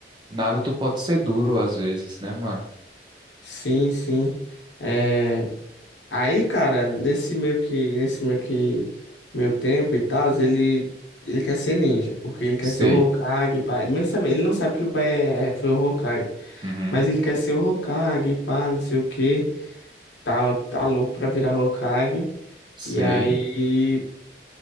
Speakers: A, on the right; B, on the left.
A: Naruto pode ser duro às vezes, né, mano?
B: Sim, sim. É, aí, cara, nesse meio que nesse meio que meu tempo e tal, ele ele quer ser ninja, porque ele quer
A: Sei.
B: ser o Hokage, pai. Mesmo sabe- Ele não sabe que o pai é- é, foi o Hokage.
A: Uhum.
B: Mas ele quer ser o Hokage, pá, não sei o quê. tá, tá louco pra virar Hokage.
A: Sei.
B: E aí,